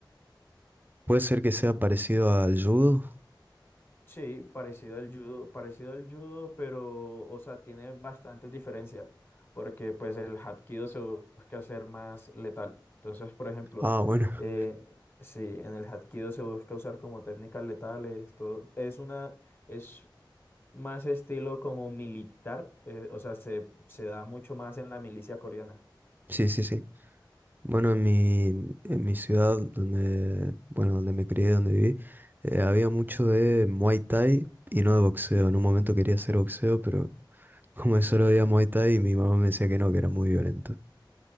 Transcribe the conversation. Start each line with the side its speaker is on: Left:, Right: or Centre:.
Right: ¿Puede ser que sea parecido al judo?
Left: Sí, parecido al judo, parecido al judo, pero, o sea, tiene bastantes diferencias, porque pues el hapkido se busca hacer más letal. Entonces, por ejemplo,
Right: Ah, bueno,
Left: eh, sí, en el hapkido se busca usar como técnicas letales, todo, es una, es más estilo como militar, eh, o sea, se, se da mucho más en la milicia coreana.
Right: <laughs> sí, sí, sí. Bueno, en mi, en mi ciudad, donde, bueno, donde me crié, donde viví, eh, había mucho de Muay Thai y no de boxeo. En un momento quería hacer boxeo, pero <laughs> como solo había Muay Thai, mi mamá me decía que no, que era muy violento.